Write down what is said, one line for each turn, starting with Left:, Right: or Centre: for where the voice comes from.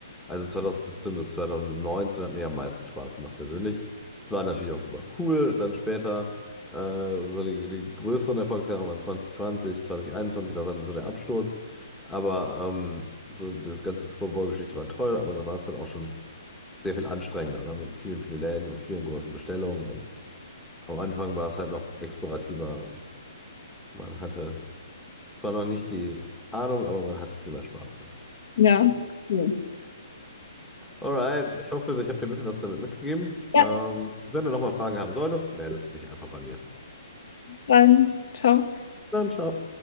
Centre: Also 2017 bis 2019 hat mir am meisten Spaß gemacht persönlich. Es war natürlich auch super cool. Dann später, äh, so die, die größeren Erfolgsjahre waren 2020, 2021 war dann so der Absturz. Aber ähm, so das ganze Super Bowl-Geschichte war toll, aber da war es dann auch schon sehr viel anstrengender, ne? Mit vielen, vielen Läden und vielen großen Bestellungen. Und am Anfang war es halt noch explorativer und man hatte zwar noch nicht die Ahnung, aber man hatte viel mehr Spaß dran.
Left: Ja, cool.
Centre: Alright, ich hoffe, ich habe dir ein bisschen was damit mitgegeben.
Left: Ja,
Centre: Ähm, wenn du nochmal Fragen haben solltest, meldest du dich einfach bei mir.
Left: bis dann. Ciao.
Centre: Dann ciao.